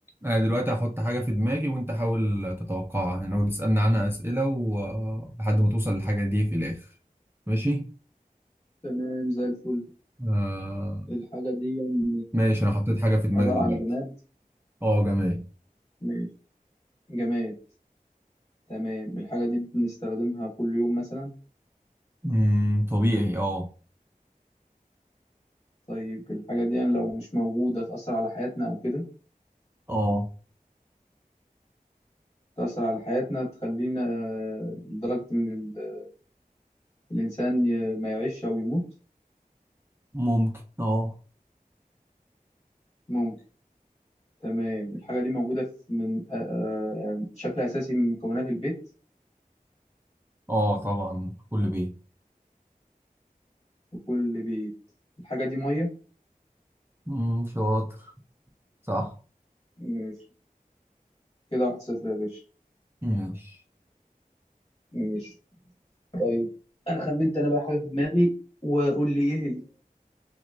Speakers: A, on the right; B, on the left.
A: انا دلوقتي هحط حاجة في دماغي وانت حاول تتوقعها يعني هو تسألني عنها اسئلة ولحد ما توصل للحاجة دي في الاخر ماشي
B: تمام زي الفل
A: آه...
B: الحاجة دي يعني،
A: ماشي انا حطيت حاجة في دماغي
B: آه، عبارة عن
A: دلوقتي
B: جماد
A: اه جميل
B: ماشي جماد تمام الحاجة دي بنستخدمها كل يوم مثلا
A: امم طبيعي اه
B: طيب الحاجة دي يعني لو مش موجودة تأثر على حياتنا أو كده
A: اه
B: تأثر على حياتنا تخلينا آه، لدرجة إن ال- الإنسان ي- ما يعيش أو يموت
A: ممكن اه
B: ممكن تمام الحاجة دي موجودة في من آه، آه، بشكل أساسي من مكونات البيت
A: اه طبعا كل بيه
B: وكل بيت الحاجة دي مية
A: امم شاطر صح
B: ماشي كده واحد صفر يا باشا
A: ماشي
B: ماشي طيب انا خمنت انا بقى حاجه في دماغي وقول لي ايه هي